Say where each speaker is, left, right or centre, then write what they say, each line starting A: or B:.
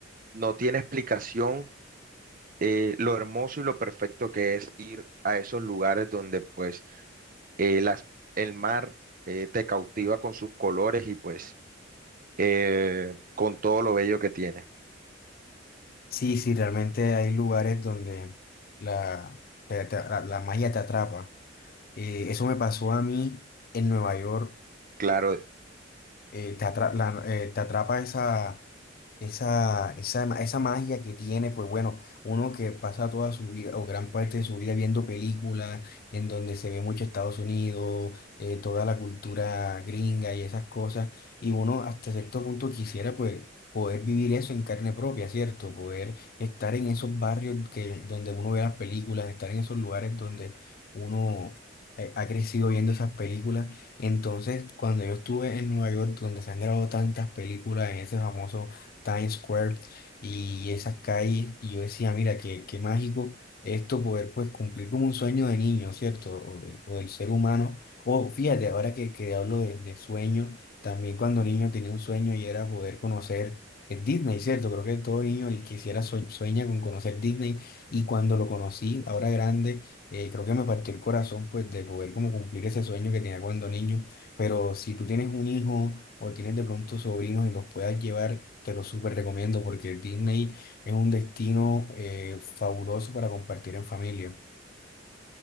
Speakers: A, on the right; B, on the left.
A: no tiene explicación eh, lo hermoso y lo perfecto que es ir a esos lugares donde pues eh, las, el mar eh, te cautiva con sus colores y pues eh, con todo lo bello que tiene.
B: Sí, sí, realmente hay lugares donde la, te- te- la, la magia te atrapa. Eh, eso me pasó a mí en Nueva York,
A: Claro,
B: eh, te atra- la- eh, te atrapa esa, esa, esa, ma- esa magia que tiene, pues bueno, uno que pasa toda su vida o gran parte de su vida viendo películas en donde se ve mucho Estados Unidos, eh, toda la cultura gringa y esas cosas, y uno hasta cierto punto quisiera pues poder vivir eso en carne propia, ¿cierto? Poder estar en esos barrios que, donde uno ve las películas, estar en esos lugares donde uno eh, ha crecido viendo esas películas entonces, cuando yo estuve en Nueva York, donde se han grabado tantas películas en ese famoso Times Square y esas calles, y yo decía, mira, qué, qué mágico esto poder pues cumplir como un sueño de niño, ¿cierto? O, de- o del ser humano. O fíjate, ahora que, que hablo de, de sueño, también cuando niño tenía un sueño y era poder conocer el Disney, ¿cierto? Creo que todo niño el quisiera sue- sueña con conocer Disney y cuando lo conocí, ahora grande eh, creo que me partió el corazón pues de poder como cumplir ese sueño que tenía cuando niño, pero si tú tienes un hijo o tienes de pronto sobrinos y los puedas llevar, te lo súper recomiendo porque Disney es un destino eh, fabuloso para compartir en familia.